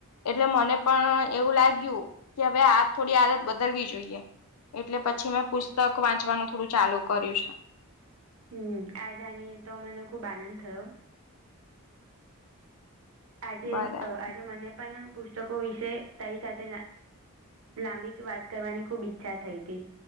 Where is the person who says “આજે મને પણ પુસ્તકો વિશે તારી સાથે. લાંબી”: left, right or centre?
Right